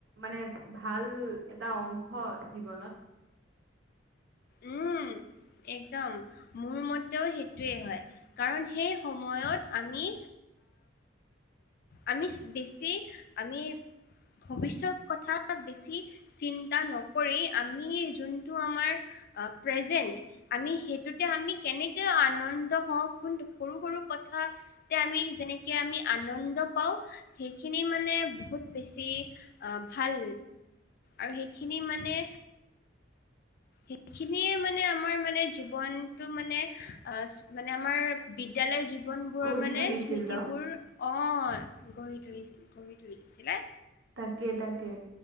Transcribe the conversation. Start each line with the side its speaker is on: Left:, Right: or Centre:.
Right: মানে ভাল এটা অংশ জীৱনত।
Left: উম, একদম মোৰ মতেও সেইটোৱেই হয়। কাৰণ সেই সময়ত আমি আমি বেছি আমি ভৱিষ্যত কথা বেছি চিন্তা নকৰি, আমি যোনটো আমাৰ প্ৰেজেণ্ট আমি সেইটোতে আমি কেনেকে আনন্দ হওঁ, কোন সৰু-সৰু কথা এতিয়া আমি যেনেকে আমি আনন্ পাওঁ, সেইখিনি মানে বহুত বেছি ভাল। আৰু সেইখিনি মানে সেইখিনিয়ে মানে আমাৰ মানে জীৱনটো মানে মানে আমাৰ বিদ্যালয়ৰ জীৱনবোৰৰ
Right: গঢ়ি
Left: মানে
Right: তুলিছিল
Left: স্মৃতিবোৰ।
Right: ন?
Left: অঁ গঢ়ি তুলি, গঢ়ি তুলিছিলে।
Right: তাকে তাকে